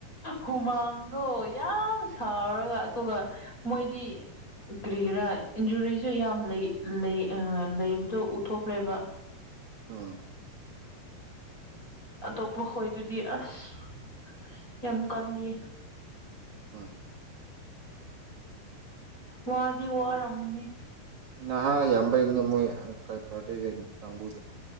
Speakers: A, on the left; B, on the right.
A: ꯍꯨꯃꯥꯡꯗ ꯑꯣ ꯌꯥꯝ ꯁꯥꯎꯔꯒ ꯑꯗꯨꯒ ꯃꯣꯏꯗꯤ ꯀꯔꯤꯒꯤꯔꯥ ꯏꯟꯖꯨꯔꯤꯁꯨ ꯌꯥꯝ ꯂꯩ ꯂꯩ ꯂꯩꯕꯗꯣ ꯎꯠꯊꯣꯛꯈ꯭ꯔꯦꯕ
B: ꯎꯝ
A: ꯇꯣ ꯃꯈꯣꯏꯗꯨꯗꯤ ꯑꯁ ꯌꯥꯝ ꯀꯜꯂꯤ
B: ꯎꯝ
A: ꯋꯥꯗꯤ ꯋꯥꯔꯝꯅꯤ
B: ꯅꯍꯥ ꯌꯥꯝꯕꯩꯅꯦ ꯃꯣꯏ ꯄꯥꯔꯇꯒ ꯀꯥꯡꯕꯨꯗ